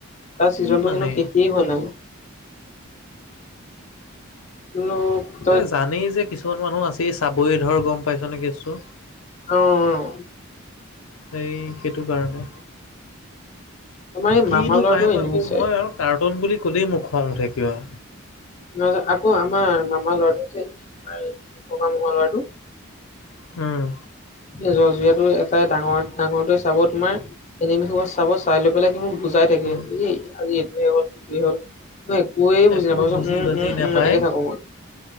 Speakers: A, on the left; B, on the left.
A: তাৰ ছিজনটো
B: কি মানে
A: হেনো শেষেই হোৱা নাই। ল
B: এ জানেই যে কিছুমান মানুহ আছেই চাবই ধৰ গম পাইছ নে কেছটো।
A: অ অ।
B: সেই সেইটো কাৰণে।
A: আমাৰ এই
B: কিনো
A: মামা ল'ৰাটো
B: পাই মই
A: এনিমি
B: একো
A: চাই
B: মই আৰু কাৰ্টুন বুলি ক'লেই মোৰ খং উঠে কিবা।
A: নহয় যে আকৌ আমাৰ মামাৰ ল'ৰাটোযে <unintelligible> অকৱা মকৱা ল'ৰাটো
B: উম।
A: এ জৰ্জৰাটো এটাই ডাঙৰ ডাঙৰটোৱে চাব তোমাৰ এনেমি সোপা চাব চাই লৈ পেলাই সি মোৰ বুজাই থাকে
B: উম,
A: এই আজি এইটোৱে হ'ল সেইটোৱে হ'ল। একোৱে বুজি
B: একো
A: নাপাওঁ চোন উম
B: বাজি
A: উম
B: নাপায়
A: উম এনেকে থাকো মই,